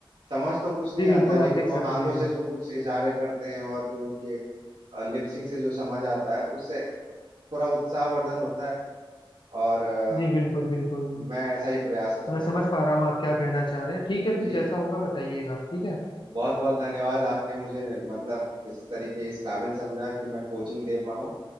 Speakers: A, on the right; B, on the left.
A: समझ तो कुछ नहीं
B: जी बिल्कुल
A: आता है लेकिन
B: आप देख
A: वो
B: सकते
A: हाथों
B: हैं
A: से जो कुछ इशारे करते हैं और जो उनके लिपसिंग से जो समझ आता है उससे थोड़ा उत्साहवर्धन होता है और अ,
B: जी बिल्कुल बिल्कुल
A: मैं ऐसा ही प्रयास करूंगा
B: मैं समझ पा रहा हूँ आप क्या कहना चाह रहे हैं ठीक है फिर
A: जी
B: जैसा होगा बताइएगा आप, ठीक है
A: बहुत बहुत धन्यवाद आपने मुझे मतलब इस तरीके इस काबिल समझा कि मैं कोचिंग दे पाऊँ